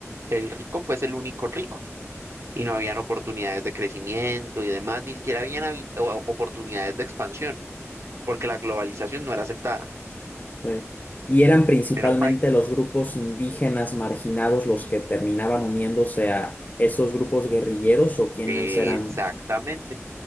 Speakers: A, on the right (about 65°); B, on the left (about 35°).
A: el rico fuese el único rico. y no habían oportunidades de crecimiento y demás, ni siquiera habían habi- o- oportunidades de expansión, porque la globalización no era aceptada.
B: sí. Y eran principalmente
A: Era un país.
B: los grupos indígenas marginados los que terminaban uniéndose a esos grupos guerrilleros o quienes
A: Exactamente,
B: eran.